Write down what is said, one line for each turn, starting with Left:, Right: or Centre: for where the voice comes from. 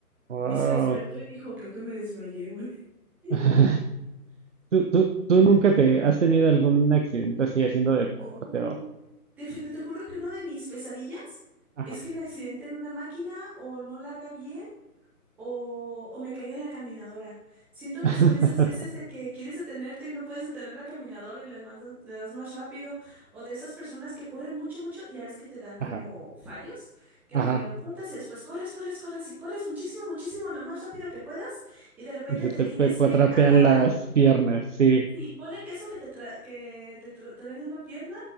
Right: Wow.
Centre: y se despertó y dijo, creo que me desmayé, güey. <laughs>
Right: <laughs> ¿Tú, tú, tú nunca te has tenido algún accidente así haciendo deporte
Centre: No,
Right: o...
Centre: te, fi- te juro que una de mis pesadillas
Right: Ajá.
Centre: es que me accidente en una máquina o no la haga bien o, o me caiga en la caminadora. Siento
Right: <laughs>
Centre: que son de esas veces de que quieres detenerte y no puedes detener la caminadora y le das más, le das más rápido, o de esas personas que corren mucho, mucho, ya ves que te dan como
Right: Ajá.
Centre: fallos, que
Right: Ajá.
Centre: primero trotas y después corres, corres, corres y corres muchísimo, muchísimo, lo más rápido que puedas y de repente
Right: Y se
Centre: te
Right: te
Centre: tienes
Right: pe- cuatrapean
Centre: que agarrar.
Right: las piernas, sí.
Centre: Sí, ponle que eso que te, tra- que te tro- truena una pierna